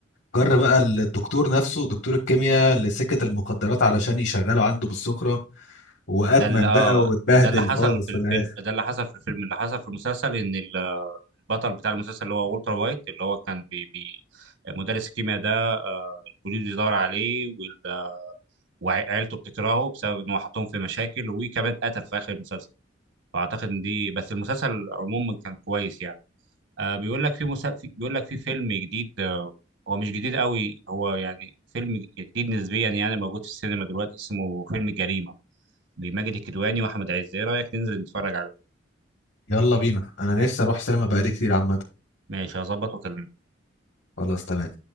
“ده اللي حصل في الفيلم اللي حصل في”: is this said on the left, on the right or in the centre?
Right